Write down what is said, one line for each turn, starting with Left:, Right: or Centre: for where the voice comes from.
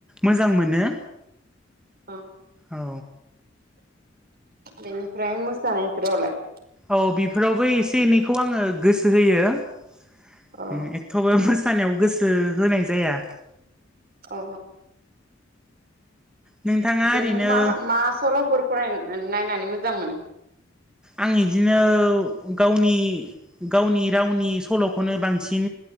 Centre: मोजां मोनो
Right: अ
Centre: औ
Right: बेनिफ्रायाइ मोसानायफोरावलाय
Centre: औ बेफोरावबो एसे एनैखौ आङो गोसो होयो होम
Right: अ
Centre: एथ'बो मोसानायाव गोसो होनाय जाया
Right: अ
Centre: नोंथाङा
Right: बिदिनो
Centre: ओरैनो
Right: मा मा सल'फोर फराय नायनानै मोजां मोनो
Centre: आं इदिनो गावनि गावनि रावनि सलखौनो बांसिन